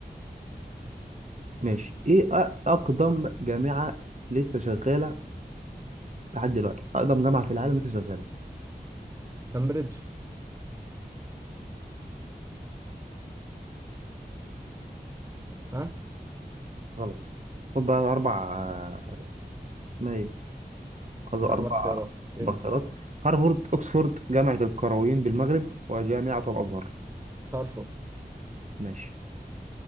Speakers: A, on the right; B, on the right.
A: ماشي إيه أ- أقدم جامعة لسه شغالة لحد دلوقتي أقدم جامعة في العالم لسه شغالة
B: كامبريدج ها
A: غلط خد بقى أربع اسمها إيه خد أربع
B: اربع اختيارات ادي
A: بكرات هارفارد أكسفورد جامعة القرويين بالمغرب وجامعة الأزهر
B: هارفارد
A: ماشي